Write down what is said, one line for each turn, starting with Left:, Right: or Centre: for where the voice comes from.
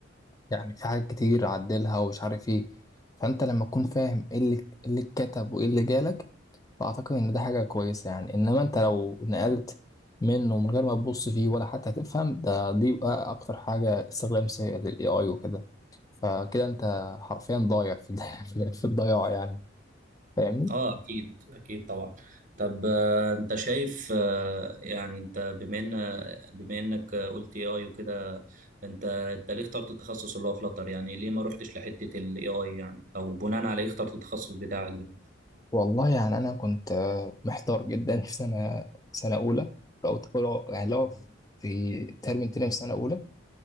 Left: يعني في حاجات كتير عدلها ومش عارف ايه فانت لما تكون فاهم ايه اللي ايه اللي اتكتب وايه اللي جالك فاعتقد ان ده حاجه كويسه يعني انما انت لو نقلت منه من غير ما تبص فيه ولا حتى هتفهم ده دي بقى اكتر حاجه استخدام سيء للاي اي وكده فكده انت حرفيا ضايع في <laughs> الض- في الضياع يعني فاهمني
Right: اه اكيد اكيد طبعا طب آه، انت شايف آه، يعني انت بما ان بما انك آه، قلت اي اي وكده انت انت ليه اخترت التخصص اللي هو فلاتر يعني ليه ما رحتش لحته الاي اي يعني او بناء على ايه اخترت التخصص بتاعك ده
Left: والله يعني انا كنت آه، محتار جدا في سنه سنه اولى او تقول يعني لو في ترم تاني في سنه اولى